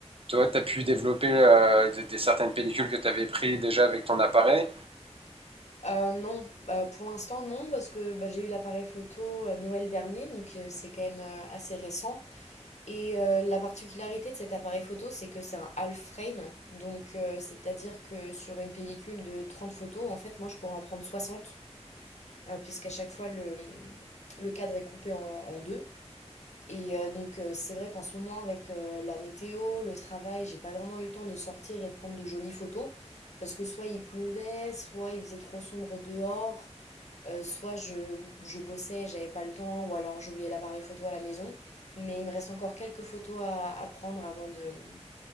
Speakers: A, on the right; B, on the left.
A: toi, t'as pu développer euh, des, des certaines pellicules que t'avais prises déjà avec ton appareil?
B: Heu, non, bah, pour l'instant non parce que, bah, j'ai eu l'appareil photo, heu, Noël dernier donc heu, c'est quand même, heu, assez récent et heu, la particularité de cet appareil photo, c'est que c'est un half frame donc heu, c'est-à-dire que sur une pellicule de 30 photos, en fait, moi, je pourrais en prendre 60 heu, puisqu'à chaque fois le, mmh, le cadre est coupé en en 2 et heu, donc heu, c'est vrai qu'en ce moment avec, heu, la météo, le travail, j'ai pas vraiment eu le temps de sortir et de prendre de jolies photos parce que soit il pleuvait, soit il faisait trop sombre dehors, euh, soit je, je bossais, j'avais pas le temps, ou alors j'oubliais l'appareil photo à la maison. Mais il me reste encore quelques photos à, à prendre avant de,